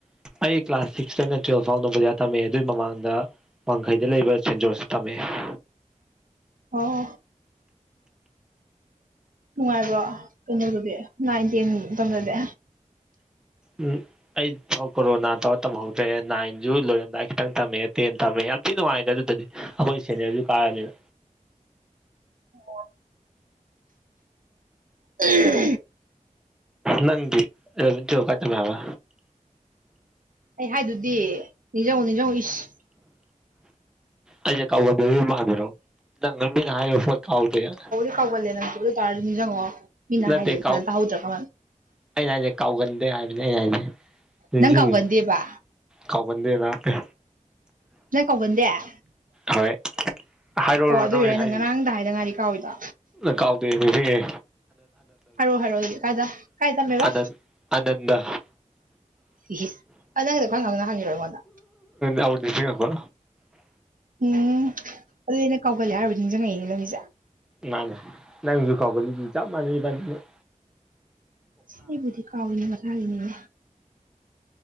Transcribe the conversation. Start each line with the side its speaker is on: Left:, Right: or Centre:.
Centre: ꯑꯩ ꯀ꯭ꯂꯥꯁ ꯁꯤꯛꯇꯩꯅ ꯇꯨꯌꯦꯞ ꯐꯥꯎ ꯅꯣꯕꯣꯗꯤꯌꯥ ꯗ ꯇꯝꯃꯛꯑꯦ ꯑꯗꯨꯏ ꯃꯃꯥꯡꯗ ꯋꯥꯡꯈꯩꯗ ꯂꯩꯕ ꯁꯦꯟꯖꯣꯔꯁ ꯇ ꯇꯝꯃꯛꯑꯦ
Right: ꯑꯣ ꯅꯨꯡꯉꯥꯏꯕ꯭ꯔꯣ ꯀꯩꯅꯣꯗꯨꯗꯤ ꯅꯥꯏ ꯇꯦꯟ ꯃꯇꯝꯗꯗꯤ
Centre: ꯎꯝ ꯑꯩ ꯀꯣꯔꯣꯅꯥ ꯇꯧꯔ ꯇꯝꯍꯧꯗ꯭ꯔꯦ ꯅꯥꯏꯟꯁꯨ ꯂꯣꯏꯔꯝꯗꯥꯏ ꯈꯤꯇꯪ ꯇꯝꯃꯦ ꯇꯨꯌꯦꯞ ꯊꯝꯃꯤꯉꯩ ꯌꯥꯝ ꯊꯤ ꯅꯨꯡꯉꯥꯏꯗ ꯑꯗꯨꯗꯗꯤ ꯑꯩꯈꯣꯏ ꯁꯦꯅꯤꯌꯔꯁꯨ ꯀꯥꯔꯕꯅꯤꯅ
Right: ꯑꯣ ꯑꯩ
Centre: ꯅꯪꯒꯤ ꯏꯂꯥꯕꯦꯟ ꯇꯤꯌꯦꯞ ꯀꯥꯏ ꯇꯝꯃꯛꯑꯦ ꯍꯥꯏꯕ
Right: ꯑꯩ ꯍꯥꯏꯗꯨꯗꯤ ꯅꯤꯡꯖꯤꯡꯉꯣ ꯅꯤꯡꯖꯤꯡꯉꯣ ꯏꯁ
Centre: ꯑꯩꯁꯦ ꯀꯥꯎꯒꯟꯕ ꯃꯥꯟꯕꯔꯣ ꯅꯪ ꯃꯤꯅ ꯍꯥꯏꯈꯤꯕ ꯄꯣꯠ ꯀꯥꯎꯗꯦ ꯌꯥꯅꯤ
Right: ꯀꯧꯒꯜꯂꯦ ꯅꯪꯁꯨ ꯑꯗꯨ ꯄꯥꯔꯥ ꯅꯤꯡꯁꯤꯡꯉꯣ ꯃꯤꯅ
Centre: ꯅꯠꯇꯦ
Right: ꯍꯥꯏꯁꯦ
Centre: ꯀꯥꯎ
Right: ꯐꯖꯅ ꯇꯥꯍꯧꯗ꯭ꯔꯕ
Centre: ꯑꯩꯅ ꯍꯥꯏꯁꯦ ꯀꯥꯎꯒꯟꯗꯦ ꯍꯥꯏꯕꯅꯦ ꯑꯩꯅ ꯍꯥꯏꯗꯤ ꯅꯤꯡꯁꯤꯡꯉꯤ
Right: ꯅꯪ ꯀꯥꯎꯒꯟꯗꯦꯕ
Centre: ꯀꯥꯎꯒꯟꯗꯦꯕꯥ ꯑꯝꯇ
Right: ꯅꯪ ꯀꯧꯒꯟꯗꯦ ꯑꯣ
Centre: ꯍꯣꯏ ꯍꯥꯏꯔꯛꯎꯔꯣ
Right: ꯑꯗꯨꯏꯔ ꯅꯪ
Centre: ꯍꯥꯏꯔꯤꯕꯁꯦ
Right: ꯉꯔꯥꯡꯗ ꯍꯥꯏꯗ ꯉꯥꯏꯔꯤ ꯀꯥꯎꯔꯤꯗꯣ
Centre: ꯀꯥꯎꯗꯦ ꯅꯤꯡꯖꯤꯡꯉꯦ
Right: ꯍꯥꯏꯔꯣ ꯍꯥꯏꯔꯣ ꯑꯗꯨꯗꯤ ꯀꯥꯏꯗ ꯀꯥꯏ ꯇꯝꯃꯦꯕ
Centre: ꯑꯅꯟ ꯑꯅꯟꯗ
Right: ꯏꯁꯤꯡ ꯅꯪꯒꯤꯗꯣ ꯈꯪ ꯈꯪ ꯍꯪꯏꯔꯣ ꯑꯩꯉꯣꯟꯗ
Centre: ꯑꯃꯨꯛ ꯅꯤꯡꯖꯡꯉꯛꯄ
Right: ꯎꯝ ꯑꯗꯨꯗꯤ ꯑꯩꯅ ꯀꯥꯎꯒꯜꯂꯦ ꯍꯥꯏꯔꯨꯕꯩ ꯅꯤꯡꯁꯤꯡꯉꯛꯏꯅꯦ ꯅꯪꯒꯤꯁꯦ
Centre: ꯃꯥꯟꯅꯦ ꯅꯪꯖꯨ ꯀꯥꯎꯒꯜꯂꯤ ꯆꯞ ꯃꯥꯟꯅꯩ ꯏꯕꯥꯟꯅꯤ ꯃꯛ
Right: ꯑꯩꯕꯨꯗꯤ ꯀꯧꯌꯦ ꯃꯁꯥꯒꯤꯅꯦ